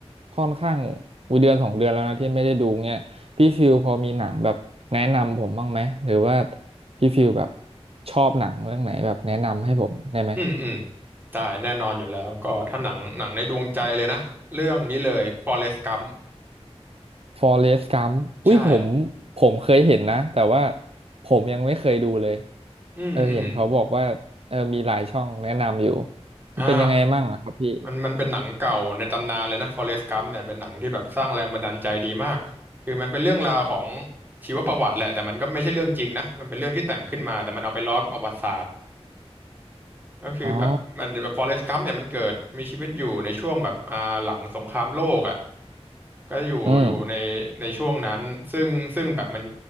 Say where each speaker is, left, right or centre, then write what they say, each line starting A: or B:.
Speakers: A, on the right; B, on the right.
A: ค่อนข้างวิเดือนสองเดือนแล้วนะที่ไม่ได้ดูเงี้ยพี่ฟิลพอมีหนังแบบแนะนำผมบ้างไหมหรือว่าพี่ฟิลแบบชอบหนังเรื่องไหนแบบแนะนำให้ผมได้ไหม
B: อืม อืมได้แน่นอนอยู่แล้วก็ถ้าหนังหนังในดวงใจเลยนะเรื่องนี้เลย Forrest Gump
A: ฟอเรสต์กัมอุ้ยผม
B: ใช่
A: ผมเคยเห็นนะแต่ว่าผมยังไม่เคยดูเลย
B: อืม
A: เออเห็นเขาบอกว่าเออมีหลายช่องแนะนำอยู่
B: อืม
A: มันเป็นยังไงมั่งอะครับพี่
B: อ่า มันมันเป็นหนังเก่าในตำนานเลยนะ Forrest Gump เนี่ยเป็นหนังที่แบบสร้างแรงบันดาลใจดีมากคือมันเป็นเรื่องราวของชีวประวัติแหละแต่มันก็ไม่ใช่เรื่องจริงนะมันเป็นเรื่องที่แต่งขึ้นมาแต่มันเอาไปล้อกับประวัติศาสตร์ก็คือแบบมันแบบ
A: อ๋อ
B: Forrest Gump เนี่ยมันเกิดมีชีวิตอยู่ในช่วงแบบอ่าหลังสงครามโลกอ่ะ ก็อยู่อยู่ในในช่วงนั้นซึ่งซึ่งแบบมัน
A: อืม